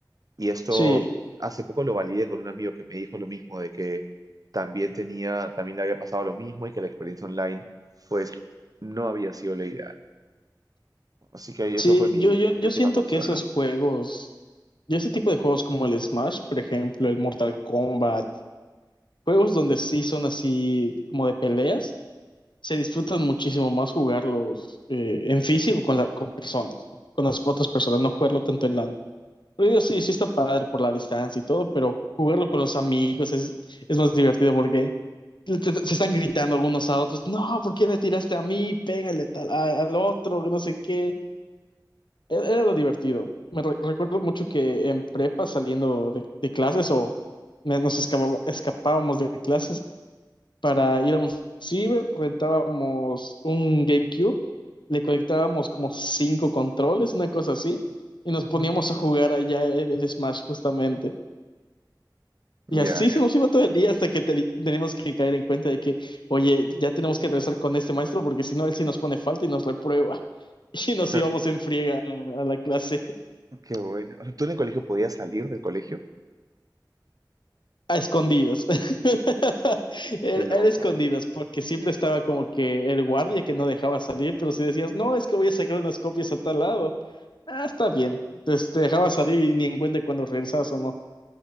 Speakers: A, on the right (about 50°); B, on the left (about 80°).
A: Y esto
B: Sí,
A: hace poco lo validé con un amigo que me dijo lo mismo, de que también tenía, también le había pasado lo mismo y que la experiencia online, pues, no había sido la ideal. Así que eso
B: sí,
A: fue mi,
B: yo, yo,
A: mi
B: yo
A: última
B: siento
A: consola.
B: que esos juegos, yo ese tipo de juegos como el Smash, por ejemplo, el Mortal Kombat, juegos donde sí son así como de peleas. se disfrutan muchísimo más jugarlos eh, en físico con, la, con personas, con, con las otras personas, no jugarlo tanto en LAN. Pero digo, sí, sí está padre por la distancia y todo, pero jugarlo con los amigos es, es más divertido porque te- te- se están gritando unos a otros, no, ¿por qué me tiraste a mí? Pégale a tal, a- al otro, que no sé qué. E- Era lo divertido. Me re- recuerdo mucho que en prepa saliendo de, de clases o me- nos escapa- escapábamos de clases para ir a un ciber, rentábamos un GameCube, le conectábamos como cinco controles, una cosa así, y nos
A: Ujú.
B: poníamos a jugar allá el, el Smash justamente.
A: Ya,
B: Y así
A: ya.
B: se nos iba todo el día hasta que te- tenemos que caer en cuenta de que, oye, ya tenemos que regresar con este maestro porque si no, él sí nos pone falta y nos reprueba. <laughs>
A: O
B: Y nos
A: sea,
B: íbamos en friega a, a la clase.
A: qué bueno. O sea, ¿tú en el colegio podías salir del colegio?
B: A escondidas. <laughs> Era,
A: Qué loco.
B: era escondidas, porque siempre estaba como que el guardia que no dejaba salir, pero si decías, no, es que voy a sacar unas copias a tal lado, ah, está bien. Entonces te dejaba salir y ni en cuenta cuando regresabas o no.